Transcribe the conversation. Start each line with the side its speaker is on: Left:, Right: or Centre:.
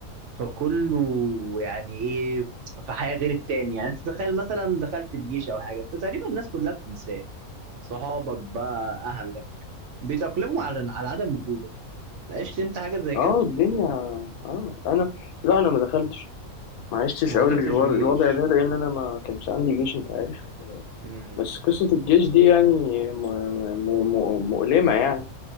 Right: فكله يعني ايه في حياه غير التاني يعني انت تخيل مثلا دخلت الجيش او حاجه انت تقريبا الناس كلها بتنساك صحابك بقى اهلك بيتأقلموا على على عدم وجودك عشت انت حاجه زي كده
Left: اه الدنيا اه انا لا انا ما دخلتش ما عشتش
Right: ما
Left: قوي
Right: دخلتش
Left: الو-
Right: جيش
Left: الوضع ده لان انا ما كانش عندي جيش انت عارف
Right: امم
Left: بس قصه الجيش دي يعني م- م- م- مؤلمه يعني